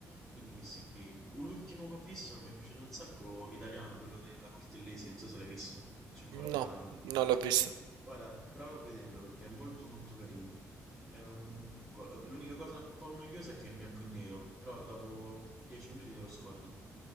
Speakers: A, in the centre; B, on the right.
A: Quindi questi qui. Un- L'ultimo che ho visto che mi è piaciuto un sacco, italiano, quello della Cortellesi, non so se l'hai visto. C'è ancora domani.
B: No, non l'ho visto.
A: Guarda, prova a vederlo perché è molto molto carino. Cioè, un- co- L'unica cosa un po' noiosa è che è in bianco e nero, però dopo 10 minuti te lo scordi.